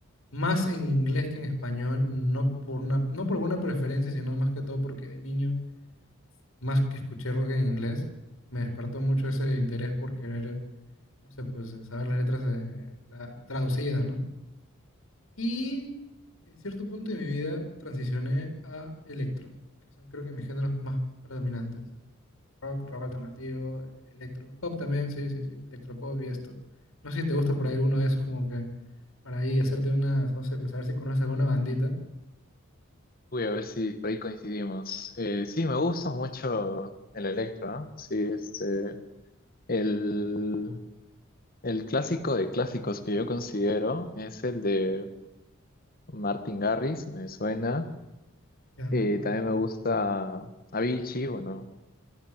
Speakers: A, on the left (about 70°); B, on the left (about 45°).
A: más en inglés que en español, no por una, no por alguna preferencia, sino más que todo porque de niño, más que escuché rock en inglés, me despertó mucho ese interés por querer, no sé, pues saber las letras eh, la- traducidas, ¿no? Y en cierto punto de mi vida transicioné a electro, que son creo que mis géneros más predominantes. eh, Rock, rock alternativo, eh, electro, pop también, sí, sí, sí, electropop y esto. No sé si te gusta por ahí alguno de esos, como que para ahí hacerte unas, no sé, pues a ver si conoces alguna bandita.
B: Voy a ver si por ahí coincidimos. Eh, sí, me gusta mucho el electro, ¿ah? Sí, este, el, el clásico de clásicos que yo considero es el de Martin Garrix, me suena.
A: Ya,
B: Eh,
A: Martin
B: también me
A: Garrix.
B: gusta Avicii, bueno,